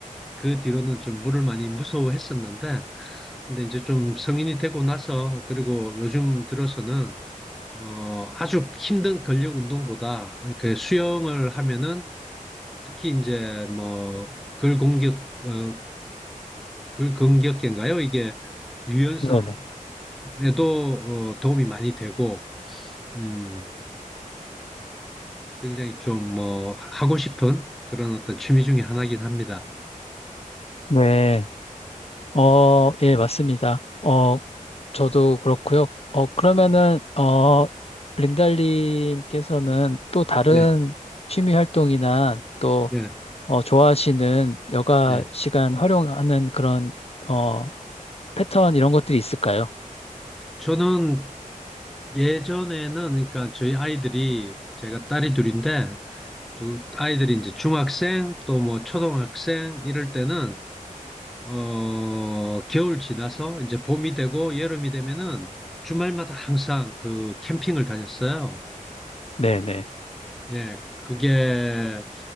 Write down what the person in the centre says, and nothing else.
그 뒤로는 좀 물을 많이 무서워했었는데 근데 이제 좀 성인이 되고 나서 그리고 요즘 들어서는 어 아주 힘든 근력 운동보다 이렇게 수영을 하면은 특히 이제 뭐 근공격 어 근근격계인가요? 이게 유연성에도
어, 도움이 많이 되고 음 굉장히 좀 뭐 하고 싶은 그런 어떤 취미 중에 하나긴 합니다.
네,
네,
네.
저는 예전에는 그러니까 저희 아이들이 제가 딸이 둘인데 두 아이들이 이제 중학생 또 뭐 초등학생 이럴 때는 어 겨울 지나서 이제 봄이 되고 여름이 되면은 주말마다 항상 그 캠핑을 다녔어요.
예, 그게,